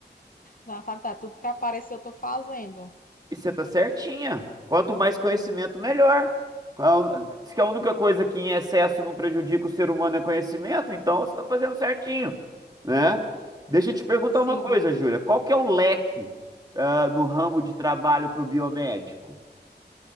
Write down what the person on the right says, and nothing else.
E você tá certinha. Quanto mais conhecimento, melhor. Qual- Diz que a única coisa que em excesso não prejudica o ser humano é conhecimento, então você está fazendo certinho, né? Deixa eu te perguntar
uma coisa, Júlia. Qual que é o leque, ah, no ramo de trabalho para o biomédico?